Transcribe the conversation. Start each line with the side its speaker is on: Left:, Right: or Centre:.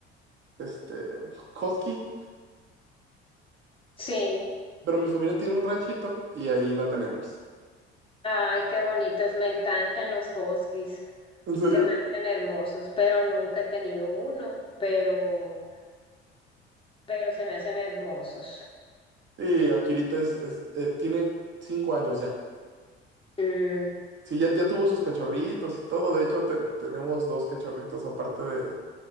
Right: este, husky,
Left: sí.
Right: pero mi familia tiene un ranchito y ahí la tenemos.
Left: Ay, qué bonitos. Me encantan los huskies.
Right: ¿En serio?
Left: Se me hacen hermosos, pero nunca he tenido uno, pero, pero se me hacen hermosos.
Right: Y Akirita es, es, eh, tiene cinco años ya.
Left: Mm.
Right: Sí, ya, ya tuvo sus cachorritos y todo, de hecho te- tenemos dos cachorritos aparte de,